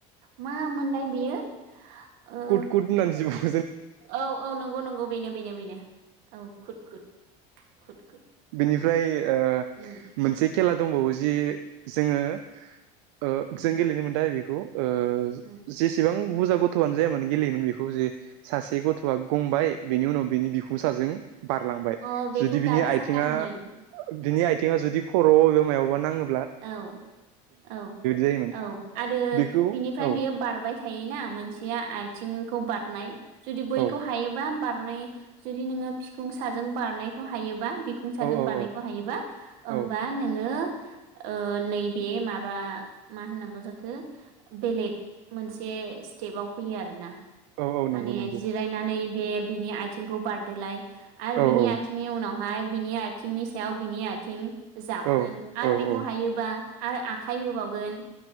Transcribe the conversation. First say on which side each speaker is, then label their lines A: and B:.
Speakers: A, on the right; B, on the right.
A: मा मोनलाय बेयो? ओ
B: कुट कुट होननानै जि बु
A: औ औ नंगौ नंगौ बेनो बेनो बेनो औ खुद खुद खुद खुद।
B: निफ्राय
A: उम
B: मोनसे खेला दंबावो जि जोङो ओ
A: औ
B: जों गेलेनो मोनदो आरो बेखौ ओ
A: उम
B: जेसेबां बुरजा गथ'आनो जायामानो गेलेयोमोन बेखौ जे सासे गथ'आ गंबाय बेनि उनाव बिनि बिखुं साजों बारलांबाय
A: अ बेखौ
B: जुदि बिनि
A: गारि
B: आइथिङा
A: साखा होनो
B: बिनि आयथिङा जुदि खर'आव एबा मायावबा नाङो
A: औ औ
B: जायोमोन
A: औ आरो
B: बेखौ
A: बिनिफ्राय
B: औ
A: बियो बारबाय थायोना मोनसेया आथिंखौ बारनाय जुदि बैखौ
B: औ
A: हायोबा बार नाय जुदि नोङो बिखुं साजों बारनायखौ हायोबा बिखुं साजों
B: औ
A: बारनायखौ हायोबा ओमबा
B: औ
A: नोङो ओ नैबे माबा मा होननांगौ जाखो बेलेग मोनसे स्टेपाव फैयो आरोना
B: औ औ
A: माने
B: नंगौ नंगौ
A: जिरायनानै बे बिनि आयथिंखौ बारदोलाय आरो
B: औ
A: बिनि
B: औ
A: आथिंनि उनाव हाय बिनि आथिंनि सायाव बिनि आथिं जाबगोन
B: औ
A: आरो बि खौ
B: औ
A: हायोबा आरो आखाइ होबावगोन